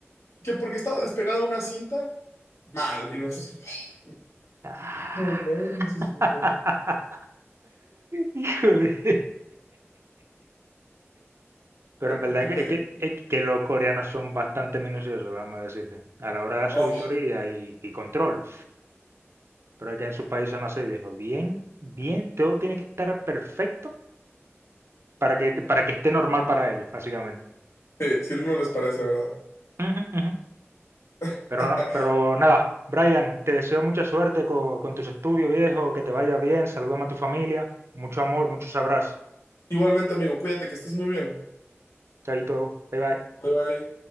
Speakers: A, on the left; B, on the right.
A: que porque estaba despegada una cinta, mal. Y nosotros, "Ah,
B: Ah.
A: no manches,
B: <laughs>
A: no,
B: Híjole. Pero en
A: complicadito.
B: verdad es que, es que los coreanos son bastante minuciosos, vamos a decirte, a la hora de su
A: Oh,
B: auditoría y, y control. Pero es que en su país son así, viejo. Bien, bien, todo tiene que estar perfecto para que, para que esté normal para ellos, básicamente.
A: sí, si no, no les parece, ¿verdad?
B: Ujú, ujú.
A: <laughs>
B: Pero, no- pero nada, Brian, te deseo mucha suerte co- con, tus estudios, viejo, que te vaya bien, salúdame a tu familia, mucho amor, muchos abrazos.
A: Igualmente, amigo, cuídate que estés muy bien.
B: Chaito, bye bye.
A: Bye bye.